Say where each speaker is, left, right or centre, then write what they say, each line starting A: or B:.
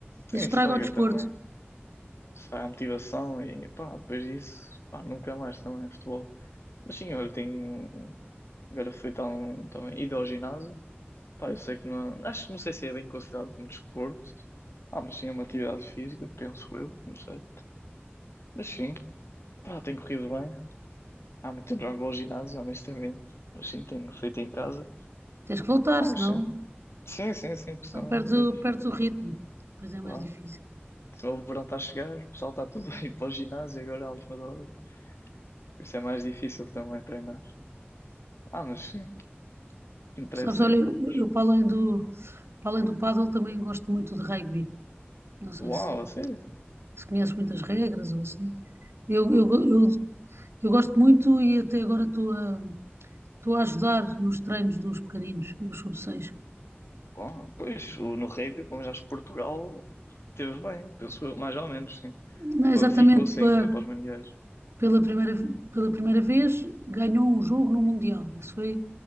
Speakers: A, on the left (about 80°); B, on the right (about 70°).
A: sim,
B: isso
A: estraga
B: estraga o desporto.
A: também, estraga a motivação e pá, depois disso, pá, nunca mais também é futebol. Mas sim, olha, tenho agora feito há um, também ido ao ginásio Pá, eu sei que não. Acho que não sei se é bem considerado como desporto. Ah, mas sim, é uma atividade física, penso eu, não sei. Mas sim, pá, tem corrido bem. Há muito tempo já não vou ao ginásio, honestamente. Mas sim, tenho feito em casa.
B: Tens que voltar,
A: Ah,
B: senão,
A: mas sim. Sim, sim, sim, porque senão,
B: senão perdes o,
A: pois,
B: perdes o ritmo. Depois é é
A: claro.
B: mais difícil.
A: Senão o verão está a chegar, o pessoal está tudo <laughs> a ir para o ginásio agora à última da hora. Por isso é mais difícil também treinar. Ah, mas sim, o que interessa
B: Sabes, olha,
A: é, pronto.
B: eu, eu para além do, para além do pádel também gosto muito de rugby. Não sei
A: Uau,
B: se,
A: a sério?
B: se conheces muitas regras ou assim. Eu, eu, eu, eu gosto muito e até agora estou a, estou a ajudar nos treinos dos pequeninos, dos sub seis
A: Uau, pois, o- no rugby, como já acho que Portugal teve bem, penso eu, mais ou menos, sim.
B: Não é
A: Qualificou-se
B: exatamente pela,
A: ainda para os Mundiais.
B: pela primeira, pela primeira vez ganhou um jogo no Mundial. Isso foi